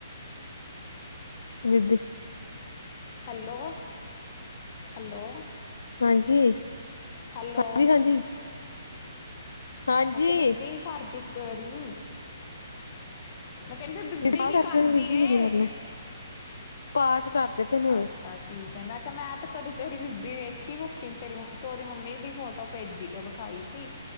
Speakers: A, on the left; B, on the left.
A: ਬੀਬੀ
B: ਹੈਲੋ ਹੈਲੋ
A: ਹਾਂਜੀ
B: ਹੈਲੋ
A: ਹਾਂਜੀ ਹਾਂਜੀ ਹਾਂਜੀ
B: ਮੈਂ ਕਿਹਾ ਬੀਬੀ ਕਰ ਦਿੱ ਤੇਰੀ ਮੈਂ ਕਹਿੰਦੀ ਫਿਰ ਬੀਬੀ
A: ਪਾਠ
B: ਕੀ
A: ਕਰਦੇ
B: ਕਰਦੀ
A: ਨੇ ਬੀਬੀ
B: ਏ
A: ਨੇ ਕੀ ਕਰਨਾ ਪਾਠ ਕਰਦੇ ਪਏ ਨੇ
B: ਅੱਛਾ ਠੀਕ ਹੈ ਮੈਂ ਮੈਂ ਤੇ ਕਦੀ ਤੇਰੀ ਬੀਬੀ ਵੇਖੀ ਭੁਖੀ ਤੇਰੀ ਤੂੰਰੀ ਮੰਮੀ ਦੀ ਫੋਟੋ ਭੇਜੀ ਵਿਖਾਈ ਸੀ